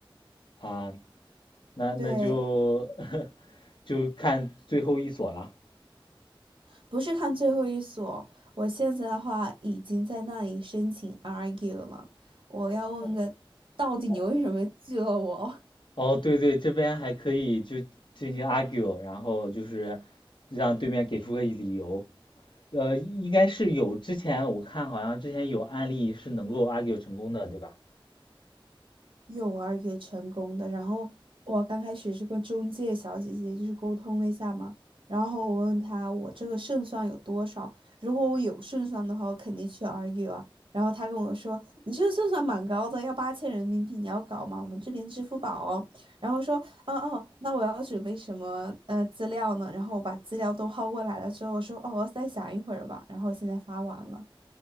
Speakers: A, on the left; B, on the right.
A: 啊，那那就
B: 对，
A: <laughs> 就看最后一所了。
B: 不是看最后一所，我现在的话已经在那里申请 argue 了。我要问个，
A: 哦
B: 到底你为什么拒了我？
A: 哦哦，对对，这边还可以就进行 argue，然后就是让对面给出个理由。呃，应该是有，之前我看好像之前有案例是能够 argue 成功的，对吧？
B: 有玩也成功的。然后我刚开始是跟中介小姐姐就是沟通了一下嘛，然后我问她我这个胜算有多少，如果我有胜算的话，我肯定去 argue 啊。然后她跟我说，你这个胜算蛮高的，要八千人民币，你要搞吗？我们这边支付宝哦。然后说，哦哦，那我要准备什么呃资料呢？然后我把资料都薅过来了之后，我说，哦，我再想一会儿吧。然后现在发完了。